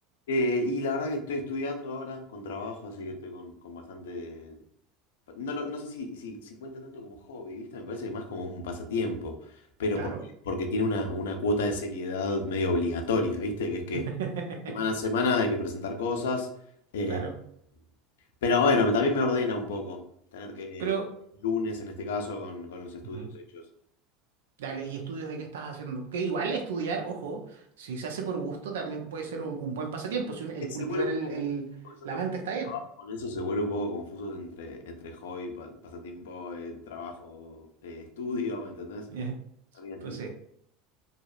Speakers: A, on the left; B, on the right.
A: Eh, y la verdad que estoy estudiando ahora con trabajo, así que estoy con, con bastante No, lo- no sé si, si, si cuenta tanto como hobby, ¿viste? Me parece que más como un pasatiempo, pero
B: Claro,
A: porque, porque tiene una, una cuota de seriedad medio obligatoria, ¿viste? Que es que
B: <laughs>
A: semana a semana hay que presentar cosas, eh,
B: claro.
A: pero bueno, también me ordena un poco tener que
B: Pero,
A: lunes en este caso con, con los estudios
B: ujú,
A: hechos.
B: dale, ¿y estudios de qué estás haciendo? Que igual estudiar, ojo, si se hace por gusto también puede ser un, un buen pasatiempo, si un- el
A: Eh,
B: cultivar
A: Se vuelve
B: el,
A: un poco
B: el-
A: confuso, yo
B: la
A: también
B: mente está bien.
A: trabajo con eso, se vuelve un poco confuso entre, entre hobby, pa- pasatiempo, eh, trabajo, eh, estudio, ¿me entendés?
B: <laughs> Ya,
A: Termina siendo-
B: Pues sí.